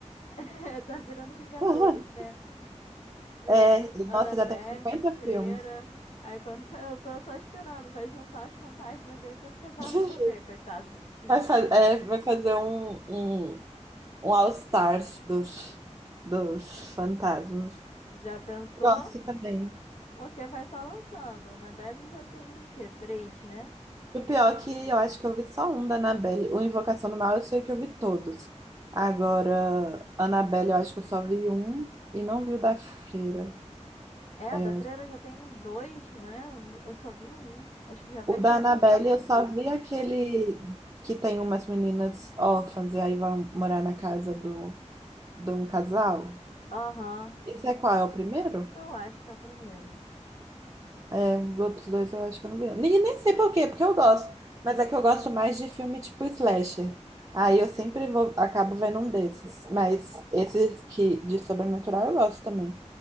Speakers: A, on the left (about 65°); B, on the right (about 30°).
A: <laughs> tá virando Vingadores,
B: <laughs>
A: né? Vira
B: É,
A: Annabelle,
B: nossa, já tem cinquenta
A: Freira.
B: filmes.
A: Aí quando <laughs> eu tô só esperando, vai juntar os fantasmas aí pra esse casal
B: <laughs>
A: resolver, coitados dos bichinhos.
B: Vai, fa- é, vai fazer um, um, um All-Stars dos, dos fantasmas.
A: Já pensou?
B: Gosto também.
A: Porque vai só lançando. Annabelle já tem o quê? Três, né?
B: E o pior é que eu acho que eu vi só um da Annabelle. O Invocação do Mal eu sei que eu vi todos. Agora, Annabelle eu acho que eu só vi um e não vi o da Freira.
A: É, a
B: É,
A: da Freira já tem dois, né? Eu só vi um. Acho que já vai
B: O
A: ser
B: da
A: o
B: Annabelle,
A: terceiro.
B: eu só vi aquele que tem umas meninas órfãs e aí vão morar na casa do, de um casal.
A: Aham.
B: Esse é qual? É o primeiro?
A: Eu acho que é o primeiro.
B: É, os outros dois eu acho que eu não vi. Nem, nem sei por quê, porque eu gosto. Mas é que eu gosto mais de filme tipo slasher. Aí eu sempre vou, acabo vendo um desses. Mas esses que de sobrenatural eu gosto também.